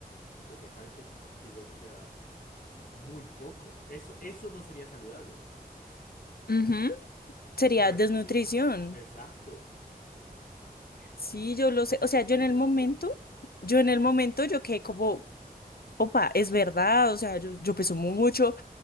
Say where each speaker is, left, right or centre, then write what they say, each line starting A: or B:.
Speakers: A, on the left; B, on the left.
A: porque hace 45 kilos, o sea, es que es muy poco. Eso, eso no sería saludable.
B: Ujú. sería
A: Pero bueno,
B: desnutrición.
A: continúa. Exacto.
B: Sí, yo lo
A: Yo no
B: sé.
A: sé
B: O
A: a
B: sea,
A: qué
B: yo
A: me dedico
B: en el momento,
A: esto.
B: yo en el momento, yo quedé como, opa, es verdad, o sea, yo, yo peso mu- mucho.